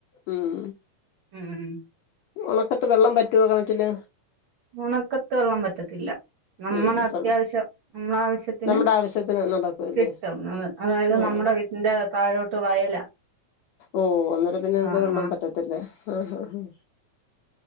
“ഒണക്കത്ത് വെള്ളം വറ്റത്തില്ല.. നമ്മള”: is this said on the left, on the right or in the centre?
Right